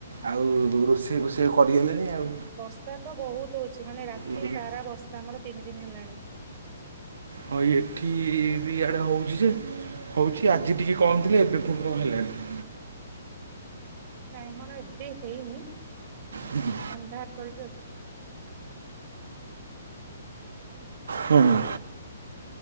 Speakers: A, on the right; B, on the right.
A: ଆଉ ରୋଷେଇ ଫୋଷେଇ କରିହେଲାନି ଆଉ।
B: ବର୍ଷା ତ ବହୁତ୍ ହୋଉଚି ମାନେ ରାତି
A: ଇଏ କରି-
B: ସାରା ବର୍ଷା ଆମର ତିନି ଦିନି ହେଲାଣି।
A: ହଁ ଏଠି ବି ଇଆଡ଼େ ହୋଉଚି ଯେ ହୋଉଚି ଆଜି ଟିକେ କଣ ଥିଲେ ଏବେ ଫୁଣି କଣ ହେଲାଣି।
B: ନାଇଁ ଆମର ଏବେ ହେଇନି।
A: ହୁଁ ହୁଁ।
B: ଅନ୍ଧାର୍ କରିକି ଅଛି।
A: ହୁଁ- ହୁଁ।